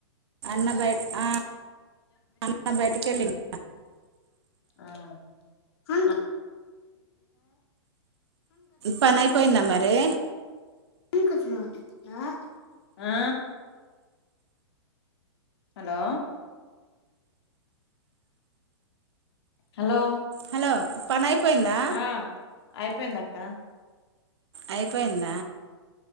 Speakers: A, on the right; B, on the left.
A: అన్న బయట ఆ అన్న బయటికెళ్ళిండు.
B: ఆ ఆ
A: పని అయిపోయిందా మరి
B: <unintelligible> ఆ హలో హలో
A: హలో పనైపోయిందా?
B: ఆ అయిపోయిందక్క
A: అయిపోయింద